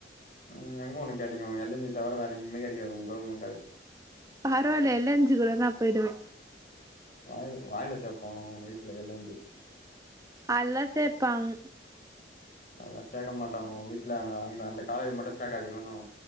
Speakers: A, on the left; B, on the right.
A: ம் எங்க ஒனக் கெடைகு எல்லஞ்சி தவிர வேற எங்கியுமே கெடைகாது ஒங் கவுர்மெண்ட் காலே
B: பரவால்ல எல்லஞ்சி கூடனாப் போயிடுவே
A: வாயில வாயில சேப்போ ஓ வீட்ல எலேந்து
B: அல்லா சேப்பாங்
A: அதலா சேக்க மாட்டோங் ஓ வீட்ல அங்க அந்த அந்த காலேஜ் மட்டு சேக்காதீங்கோன்னுவோ